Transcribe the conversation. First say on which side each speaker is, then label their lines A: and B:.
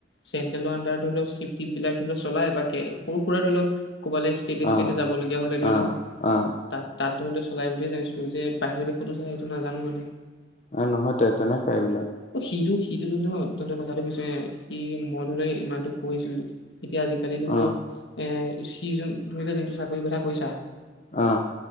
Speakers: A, on the left; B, on the left.
A: চেটেলৰ আনডাৰ ধৰি লও চিপ টিপবিলাক চলাই বাক সৰু সুৰা ধৰি লও ক'বালৈ ষ্টেতে
B: অ
A: ষ্টেতে যাবলগীয়া হ'লে ধৰি
B: অ
A: লও
B: অ
A: তাত তাত চলাই বুলিয়ে জানিছিলোঁ। যে বাহিৰৰ দেশতো যায় সেইটো নাজানো মানে।
B: এ নহয় তে তেনেকাই এইবিলাক।
A: অ সিটো সিটো ধৰি লও ধ কথাটো কৈছো সি মই ধৰি লও ইমানতটো পঢ়িছো। এতিয়া আজিকালি ধৰি
B: অ
A: লওক এ সি যোন তুমি যে যোনটো চাকৰিৰ কথা কৈছা।
B: আহ